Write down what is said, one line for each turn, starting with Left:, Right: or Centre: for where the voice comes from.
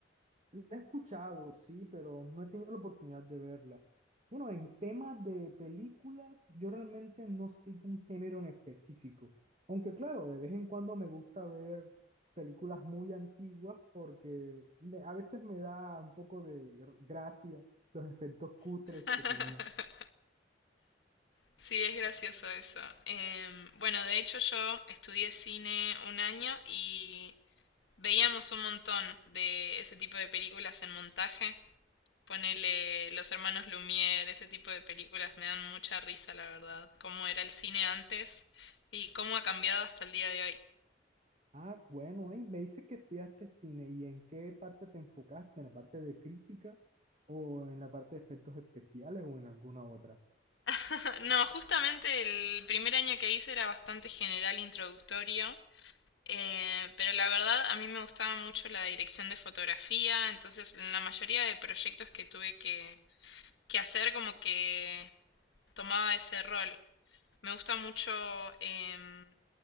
Right: La he escuchado, sí, pero no he tenido la oportunidad de verla. Bueno, en temas de películas, yo realmente no sigo un género en específico. Aunque claro, de vez en cuando me gusta ver películas muy antiguas porque me- a veces me da un poco de gracia los efectos cutres
Left: <laughs>
Right: que tenían.
Left: Sí, es gracioso eso. Em, bueno, de hecho yo estudié cine un año y veíamos un montón de ese tipo de películas en montaje. Ponele Los Hermanos Lumière, ese tipo de películas me dan mucha risa, la verdad. Cómo era el cine antes y cómo ha cambiado hasta el día de hoy.
Right: Ah, bueno, ey, me dice que estudiaste cine y en qué parte te enfocaste, en la parte de crítica o en la parte de efectos especiales o en alguna otra.
Left: <laughs> No, justamente el primer año que hice era bastante general introductorio Eh, pero la verdad, a mí me gustaba mucho la dirección de fotografía, entonces en la mayoría de proyectos que tuve que, que hacer como que tomaba ese rol. Me gusta mucho em,